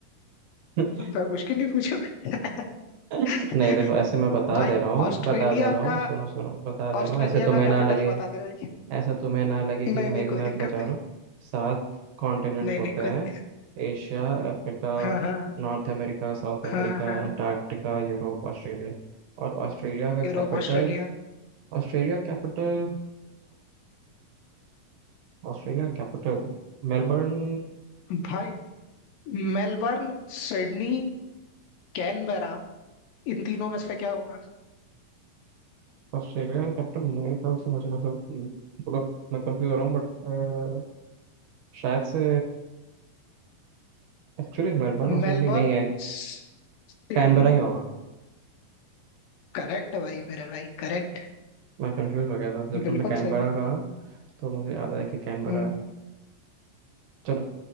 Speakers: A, on the right; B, on the left.
A: <laughs>
B: तो मुश्किल ही पूछूंगा <laughs>
A: नहीं देखो ऐसे मैं बता
B: भाई
A: दे रहा हूँ
B: ऑस्ट्रेलिया
A: बता दे रहा हूँ
B: का
A: सुनो सुनो बता दे
B: ऑस्ट्रेलिया
A: रहा हूँ ऐसे तुम्हें
B: का
A: ना
B: कैपिटल
A: लगे
B: बता दे भाई
A: ऐसा तुम्हें ना लगे
B: नहीं
A: कि भाई
B: नहीं कोई
A: मैं
B: दिक्कत
A: बचा
B: नहीं
A: रहा हूँ सात कॉन्टिनेंट्स
B: नहीं
A: होते
B: नहीं कोई
A: हैं
B: दिक्कत-
A: Asia Africa
B: हाँ हाँ
A: North America South
B: हाँ
A: Africa
B: हाँ
A: Antarctica Europe Australia और ऑस्ट्रेलिया का
B: Europe
A: capital
B: Australia
A: Australia capital Australia capital Melbourne
B: भाई मेलबर्न सिडनी कैनबरा इन तीनों में से क्या होगा
A: Australia capital मेरे ख्याल से मुझे मतलब हम्म, थोड़ा मैं कंफ्यूज हो रहा हूँ बट शायद से एक्चुअली मेलबर्न और सिडनी
B: Melbourne
A: नहीं है
B: Sydney
A: कैनबरा ही होगा
B: करेक्ट भाई मेरे भाई करेक्ट
A: मैं कंफ्यूज हो गया था जब तुमने
B: बिल्कुल
A: कैनबरा
B: सही
A: कहा तो मुझे याद है कि कैनबरा
B: हम्म।
A: है। चलो